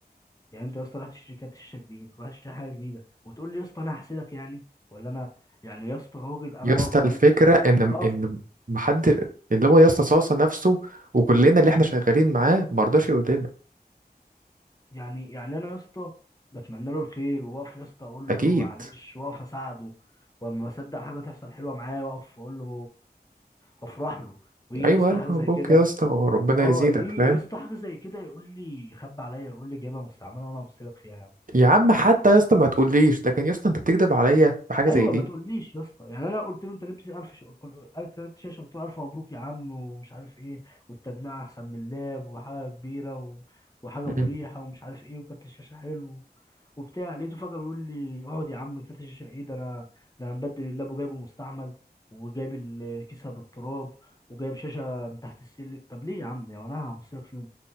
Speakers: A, on the left (about 20°); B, on the right (about 55°).
A: يعني انت يا اسطى رحت شركات شاشه جديد ورحت تشتري حاجه جديده وتقول لي يا اسطى انا هحسدك يعني ولا انا يعني يا اسطى راجل انا
B: يا
A: واقف
B: اسطى
A: جنبه
B: الفكرة إن
A: واقف
B: إن محد اللي هو يا اسطى صاصة نفسه وكلنا اللي إحنا شغالين معاه مرضاش يقول لنا
A: يعني يعني انا يا اسطى بتمنى له الخير وبقف يا اسطى اقول
B: أكيد
A: له معلش واقف اساعده واما بصدق حاجه تحصل حلوه معايا واقف اقول له وافرح له ويجي
B: أيوة
A: يا اسطى
B: ألف
A: حاجه
B: مبروك
A: زي كده
B: يا اسطى وربنا
A: ي- اه
B: يزيدك
A: يجي
B: فاهم
A: يا اسطى حاجه زي كده يقول لي خبي عليا يقول لي جايبها مستعمله وانا ابص لك فيها
B: يا عم حتى يا اسطى ما تقوليش لكن يا اسطى أنت بتكذب عليا في حاجة
A: ايوه
B: زي دي
A: ما تقوليش يا اسطى يعني انا قلت له انت جبت 1000 ش... كل- انت جبت شاشه قلت له 1000 مبروك يا عم ومش عارف ايه والتجميع احسن من اللاب وحاجه كبيره و... وحاجه
B: <laughs>
A: مريحه
B: مم.
A: ومش عارف ايه وكارت الشاشه حلو وبتاع لقيته فجاه بيقول لي اقعد يا عم كارت الشاشه ايه ده انا ده انا مبدل اللاب وجايبه مستعمل وجايب الكيسه بالتراب وجايب شاشه من تحت السلم طب ليه يا عم يا انا هبص لك في يوم